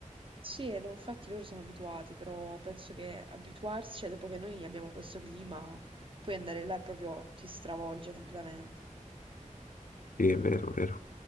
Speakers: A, on the right; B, on the left.
A: Sì, eh, no, infatti loro sono abituati, però penso che abituarsi, cioè, dopo che noi abbiamo questo clima, poi andare là è proprio ti stravolge completamente.
B: Sì, è vero, vero.